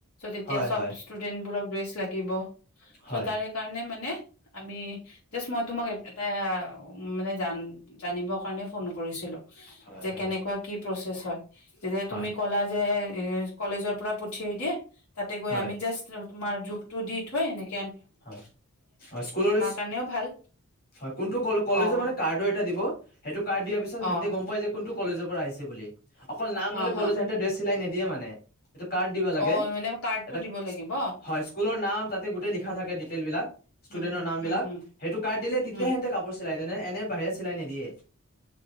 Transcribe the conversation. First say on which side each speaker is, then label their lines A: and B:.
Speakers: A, on the left (about 75°); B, on the left (about 45°).
A: এতিয়া
B: হয়
A: চব
B: হয়
A: ষ্টুডেন্ট বোৰক ড্ৰেছ লাগিব।
B: হয়
A: চ তাৰে কাৰণে মানে আমি জাচ মই তোমাক এটা মানে জান জানিব কাৰণে ফোন কৰিছিলো।
B: হয়
A: যে
B: হয়
A: কেনেকুৱা কিব প্ৰচেছ হয়। যেনে
B: হয়
A: তুমি ক'লা যে এ, কলেজৰ পৰা পঠিয়াই দিয়ে। তাতে গৈ
B: হয় হয়
A: আমি জাষ্ট তোমাৰ জোখ টো দি থৈ এনেকে
B: হয় অ', স্কুলৰ ড্ৰেছ
A: কাৰণেও ভাল
B: হয়। কোনটো
A: অ
B: কলেজৰ মানে কাৰ্ডটো এটা দিব, সেইটো কাৰ্ড দিয়াৰ পিছত
A: অ
B: হেন্তে গম পাই যে কোনটো কলেজৰ পৰা আহিছে বুলি। অকল নাম
A: হা
B: ললে
A: হা
B: কলেজ হেন্তে ড্ৰেছ চিলাই নি দিয়ে মানে। সেইটো কাৰ্ড দিব লাগে,
A: অ মানে কাৰ্ডটো
B: এটা
A: দিব লাগিব
B: হয় স্কুলৰ নাম তাতে গোটেই লিখা ডিতেইল বিলাক ষ্টুডেন্টৰ
A: উম হম
B: নাম
A: হম
B: বিলাক
A: হম
B: সেইটো কাৰ্ড দিলে তেতিয়া
A: হম
B: সেতে কাপোৰ চিলাই। এনে এনে বাহিৰে চিলাই নিদিয়ে।